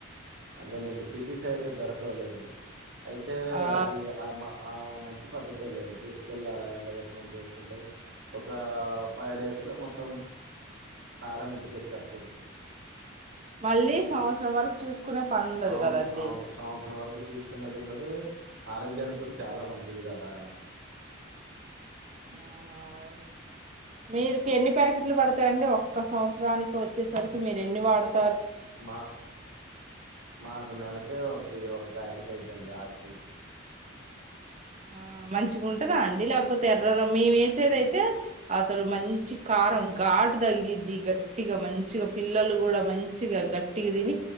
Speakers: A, on the right (about 70°); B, on the right (about 35°).
A: అదేలేండి సిటీ సైడ్ దొరకవలేండి అయితే
B: ఆ
A: అది ఆ మా ఆ మంచి పద్ధతి లేండి తీసుకెళ్ళి అలా ఎండ పెెట్టుకని తీసుకుంటే ఒక ఫైవ్ డేస్లో మొత్తం కారం ఇంటికి వచ్చేస్తది
B: మళ్ళీ సంవత్సరం వరకు చూసుకునే పని ఉండదు
A: సం
B: కదండి
A: అవును సంవత్సరం వరకు చూసుకునేకుండా అ ఆరోగ్యానికి కూడా చాలా మంచిది కదా
B: ఆ అవును మీరుకి ఎన్ని ప్యాకెట్లు పడతాయండి ఒక్క సంవత్సరానికి వచ్చేసరికి మీరు ఎన్ని వాడతర్
A: మా మాకు నెలకే ఒకటి ఒక ప్యాకెట్ అయిద్దండి ఆచి
B: ఆ మంచిగా ఉంటదా అండి లేకపోతే ఎర్ర రంగ్ మేము వేసేదైతే
A: ఎ
B: అసలు మంచి కారం ఘాటు తగిలిద్ది గట్టిగా మంచిగా పిల్లలు కూడా మంచిగా గట్టిగా తిని